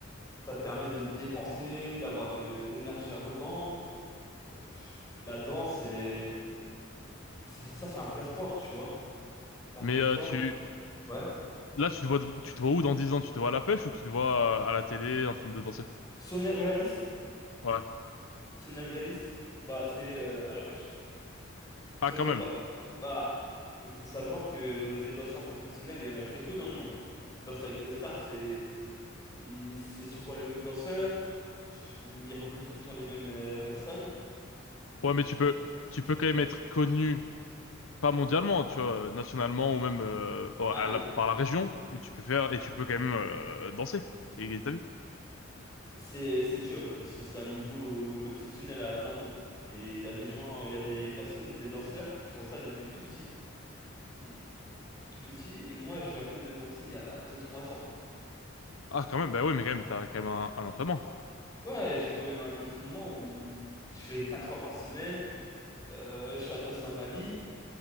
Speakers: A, on the left; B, on the left.
A: ça te permet de te dépenser, d'avoir de l'énergie à revendre. Pff, La danse, c'est... Ça, ça, c'est un vrai sport, tu vois. C'est un vrai
B: Mais
A: sport.
B: euh, tu...
A: Ouais.
B: Là, tu te vois, tu te vois où dans 10 ans? Tu te vois à la pêche ou tu te vois euh, à la télé en train de danser?
A: Si on est réaliste,
B: Ouais.
A: si on est réaliste, bah c'est euh, à la pêche. Si
B: Ah,
A: on
B: quand
A: n'est
B: même.
A: pas... Bah, il faut savoir que des danseurs professionnels, il y en a très peu dans le monde. Danse avec les stars, c'est ils- c'est souvent les mêmes danseurs. Euh, pff, Ils reprennent tout le temps les mêmes euh, personnes.
B: Ouais, mais tu
A: Euh,
B: peux, tu peux quand même être connu, pas mondialement, tu vois, euh, nationalement ou même euh, oh, à
A: ah mais
B: la- par la région où tu peux faire et tu peux quand même euh, danser et gagner ta vie.
A: C'est c'est dur parce que c'est un niveau euh, exceptionnel à atteindre et il y a des gens, il y a des personnes, des danseurs qui font ça depuis tout petit. Et- tout petit et moi je vais à peine de commencer il y a deux trois ans.
B: Ah, quand même. Bah oui, mais quand
A: tu
B: même,
A: vois.
B: t'as quand même un, un entraînement.
A: Ouais, j'ai quand même un entraînement où je vais 4 fois par semaine, euh, je suis attaché à ma ligne,